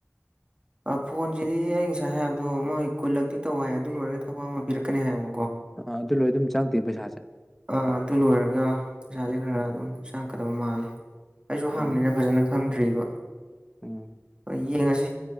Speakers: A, on the right; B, in the centre.
A: ꯑ ꯐꯣꯟꯖꯤꯗꯤ ꯑꯩ ꯉꯁꯥꯏ ꯍꯥꯏꯕꯗꯣ ꯃꯣꯏ ꯀꯨꯜꯂꯛꯇꯤ ꯇꯧ ꯍꯥꯏ ꯑꯗꯨ ꯂꯣꯏꯔꯒ ꯊꯕꯛ ꯑꯃ ꯄꯤꯔꯛꯀꯅꯤ ꯍꯥꯏꯕ
B: ꯑꯣ ꯑꯗꯨ ꯂꯣꯏꯔ ꯑꯗꯨꯝ ꯆꯪꯉꯛꯇꯨꯏꯔ ꯄꯩꯁꯥꯖꯦ
A: ꯑ ꯑꯗꯨ ꯂꯣꯏꯔꯒ ꯄꯩꯁꯥꯖꯦ ꯈꯔ ꯈꯔ ꯑꯗꯨꯝ ꯆꯪꯉꯀꯗꯕ ꯃꯥꯜꯂꯤ ꯑꯩꯖꯨ ꯑꯍꯥꯟꯕꯅꯤꯅ
B: ꯑꯣ
A: ꯐꯖꯅ ꯈꯪꯗ꯭ꯔꯤꯕ
B: ꯎꯝ
A: ꯑ ꯌꯦꯡꯉꯖꯤ